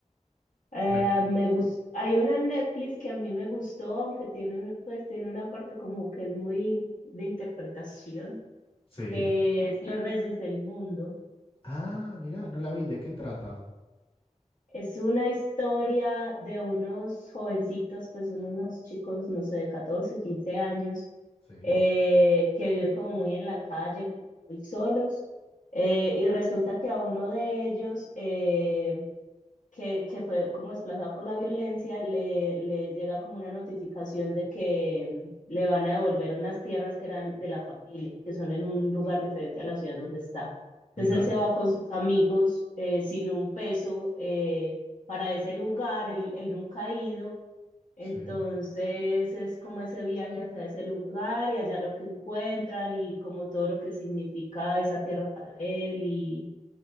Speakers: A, on the left; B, on the left.
A: Eh,
B: Bueno,
A: me gust- Hay una en Netflix que a mí me gustó, aunque tiene, un- pues, tiene una parte como que es muy de interpretación,
B: sí,
A: que es Los Reyes del Mundo.
B: Ah, mirá, no la vi. ¿De qué trata?
A: Es una historia de unos jovencitos, pues son unos chicos, no sé, de 14 15 años,
B: sí,
A: eh, que viven como muy en la calle, muy solos. eh, y resulta que a uno de ellos, eh, que, que fue como desplazado por la violencia, le, le llega como una notificación de que le van a devolver unas tierras que eran de la familia, que son en un lugar diferente a la ciudad donde está. Entonces
B: mira,
A: él se va con sus amigos eh, sin un peso eh, para ese lugar, él, él nunca ha ido. Entonces
B: sí,
A: es como ese viaje hacia ese lugar y allá lo que encuentran y como todo lo que significa esa tierra para él y,